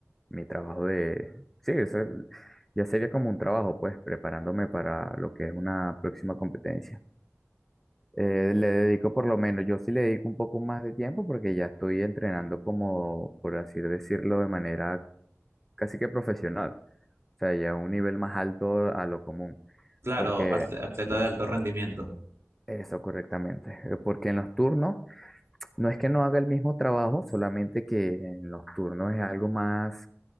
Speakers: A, in the centre; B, on the right.
A: mi trabajo de... Sí, eso ya sería como un trabajo, pues, preparándome para lo que es una próxima competencia. Eh, le dedico por lo menos, yo sí le dedico un poco más de tiempo porque ya estoy entrenando como, por así decirlo, de manera casi que profesional, o sea, ya a un nivel más alto a lo común.
B: Claro,
A: Porque
B: atle- atleta de alto rendimiento,
A: eso correctamente. eh, Porque en los turnos no es que no haga el mismo trabajo, solamente que en los turnos es algo más